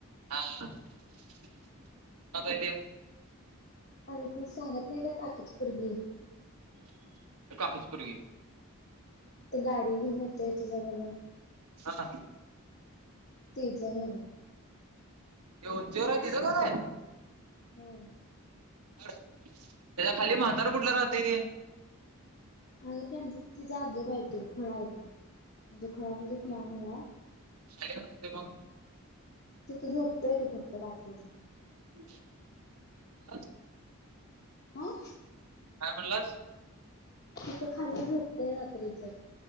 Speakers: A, on the right; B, on the left.
A: हा <inaudible> कोणाचं हाय ते,
B: अरे त सांगत नाही का काकीची पोरगी-
A: कुठल्या काकीची पोरगी
B: ते गाडी घेऊन येतय तुज्याबरोबर,
A: हा,
B: तेच घर,
A: एवढ्या उंचीवर तीच घर आहे.
B: हम्म.
A: त्याच्या खाली म्हातार कुठलं राहतय ते?
B: अग त्यांच त जाातजबा येतो खोळा आहे तो. अग खुळा म्हणजे खुळा नाहीये.
A: अल अतमा,
B: तिथं झोपतय तो फक्त रात्रीच.
A: कावडला <inaudible>
B: हा
A: काय म्हणलंस?
B: तिथं खाली झ होपतेय रात्रीच.